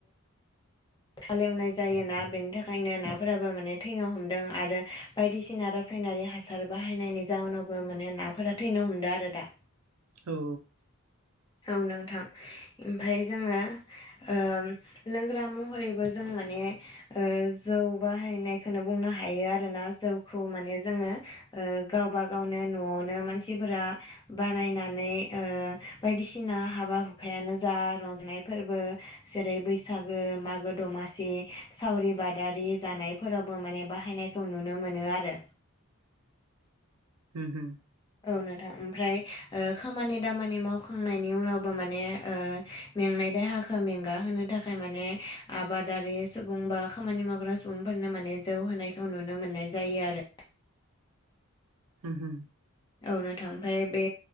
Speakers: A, on the left; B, on the right.
A: हाल एवनाय जायो ना बेनि थाखायनो नाफोराबो माने थैनो हमदों आरो बायदिसिना रासायनारि हासार बाहायनायनि जाउनावबो माने नाफोरा थैनो हमदों आरो दा
B: औ
A: औ नोंथां ओमफ्राय जोङो ओ लोंग्रा महरैबो जों माने ओ जौ बाहायनायखौनो बुंनो हायो आरोना जौखौ माने जोङो ओ गाव बागावनो न'आवनो मानसिफोरा बानायनानै ओ बायदिसिना हाबा हुखायानो जा रंजानाय फोरबो जेरै बैसागो मागो गो दमासि सावरि बादारि जानायफोरावबो माने बाहायनायखौ नुनो मोनो आरो
B: हो होम
A: औ नोंथां ओमफ्राय ओ खामानि दामानि मावखांनायनि उनावबो माने ओ मेंनाय देहाखौ मेंगा होनो थाखाय माने आबादारि सुबुं बा खामानि मावग्रा सुबुंफोरनो माने जौ होनायखौ नुनो मोननाय जायो आरो
B: होम-होम
A: औ नोथां ओमफाय बे